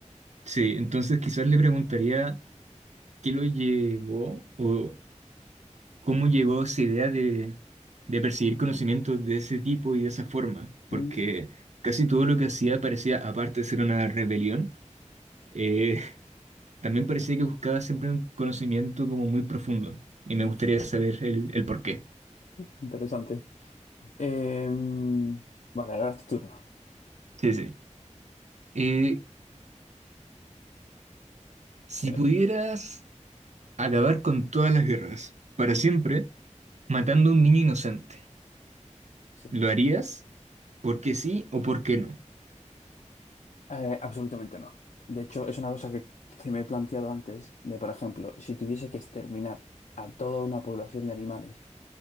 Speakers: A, on the right; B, on the left.
A: Sí, entonces quizás le preguntaría qué lo llevó o ¿Cómo llegó esa idea de, de perseguir conocimientos de ese tipo y de esa forma? Porque
B: Mm.
A: casi todo lo que hacía parecía, aparte de ser una rebelión, eh, <laughs> también parecía que buscaba siempre un conocimiento como muy profundo. Y me
B: mm,
A: gustaría saber el, el por qué.
B: Interesante. Em, vale, ahora es tu turno.
A: Sí, sí. Eh, si
B: Bien.
A: pudieras acabar con todas las guerras, para siempre, matando a un niño inocente,
B: Sí.
A: ¿lo harías? ¿Por qué sí o por qué no?
B: Eh, absolutamente no. De hecho, es una cosa que, que me he planteado antes, de por ejemplo, si tuviese que exterminar a toda una población de animales